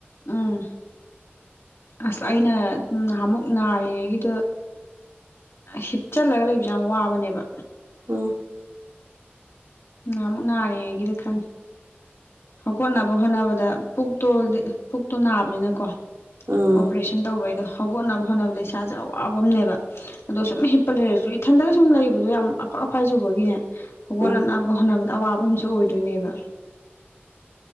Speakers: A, on the left (about 80°); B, on the right (about 75°).
A: ꯎꯝ ꯑꯁ ꯑꯩꯅ ꯅꯍꯥꯟꯃꯨꯛ ꯅꯥꯔꯤꯉꯩꯒꯤꯗꯨꯗ ꯍꯤꯞꯆꯜꯂꯒ ꯂꯩꯕꯁꯦ ꯌꯥꯝ ꯋꯥꯕꯅꯦꯕ
B: ꯎꯝ
A: ꯅꯍꯥꯟꯃꯨꯛ ꯅꯥꯔꯤꯉꯩꯒꯤꯗ ꯈꯪꯉꯦ ꯍꯧꯒꯠꯅꯕ ꯍꯣꯠꯅꯕꯗ ꯄꯨꯛꯇꯣ ꯄꯨꯛꯇꯣ ꯅꯥꯕꯅꯤꯅꯀꯣ
B: ꯎꯝ
A: ꯑꯣꯄꯔꯦꯁꯟ ꯇꯧꯕꯩꯗꯣ ꯍꯧꯒꯠꯅꯕ ꯍꯣꯠꯅꯕꯗ ꯏꯁꯥꯁꯦ ꯑꯋꯥꯕ ꯑꯃꯅꯦꯕ ꯑꯗꯣ ꯁꯨꯝ ꯍꯤꯞꯄ ꯂꯩꯔꯁꯨ ꯏꯊꯟꯗꯒ ꯁꯨꯝ ꯂꯩꯕꯗꯣ ꯌꯥꯝ ꯑꯐꯛ ꯑꯐꯥꯏ ꯆꯨꯕꯒꯤꯅꯦ ꯍꯧꯒꯠꯂ
B: ꯎꯝ
A: ꯅꯥ ꯍꯣꯠꯅꯕꯗ ꯑꯋꯥꯕ ꯑꯃꯁꯨ ꯑꯣꯏꯗꯣꯏꯅꯦꯕ